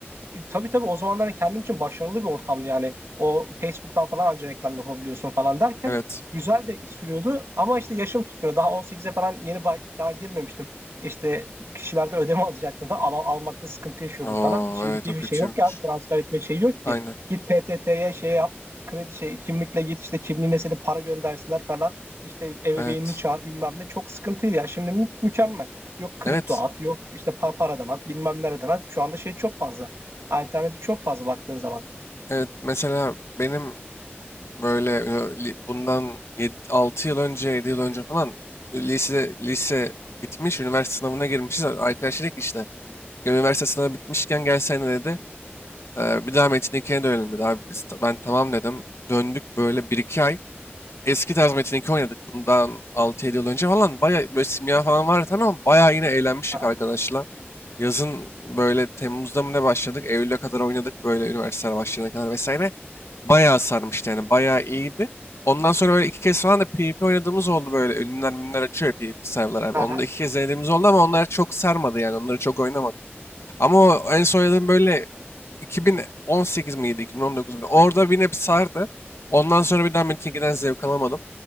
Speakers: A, on the right; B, on the left.
A: E, Tabii tabii o zamanlar kendim için başarılı bir ortamdı yani. O Facebook'tan falan anca reklam yapabiliyorsun falan derken
B: Evet.
A: güzel de sürüyordu ama işte yaşım tutmuyor. Daha 18'e falan yeni ba- daha girmemiştim. İşte kişilerden ödeme <laughs> alacaktım falan Al- almakta sıkıntı yaşıyordum
B: Oo
A: falan. Şimdiki
B: evet o kötüymüş.
A: bir şey yok ki abi transfer etme şey yok ki.
B: Aynen.
A: Git PTT'ye şey yap kredi şey kimlikle git işte kimliğine senin para göndersinler falan. İşte ebeveynini
B: Evet.
A: çağır bilmem ne çok sıkıntıydı ya. Şimdi mü- mükemmel. Yok kripto
B: Evet.
A: at, yok işte pa- paradan at, bilmem nereden at. Şu anda şey çok fazla. Alternatif çok fazla baktığın zaman.
B: Evet mesela benim böyle e, li- bundan 6 yıl önce 7 yıl önce falan lise lise bitmiş üniversite sınavına girmişiz. Arkadaş dedi işte "Ya üniversite sınavı bitmişken gelsene dedi. "E, bir daha Metin 2'ye dönelim dedi. Abi biz, ben tamam dedim. Döndük böyle bir iki ay. eski tarz Metin 2 oynadık. Bundan altı yedi yıl önce falan. Bayağı böyle simya falan vardı tamam. mı? Bayağı yine eğlenmiştik
A: Aha.
B: arkadaşla. Yazın böyle Temmuz'da mı ne başladık? Eylül'e kadar oynadık böyle üniversiteler başlayana kadar vesaire. Bayağı sarmıştı yani bayağı iyiydi. Ondan sonra böyle iki kez falan da PvP oynadığımız oldu böyle. Ünlüler minler açıyor ya PvP serverlar abi.
A: Aha.
B: Onu da iki kez denediğimiz oldu ama onlar çok sarmadı yani. Onları çok oynamadım. Ama o en son oynadığım böyle 2018 miydi 2019 miydi? iki bin on dokuz muydu? Orada yine bir sardı. Ondan sonra bir daha Metin 2'den zevk alamadım.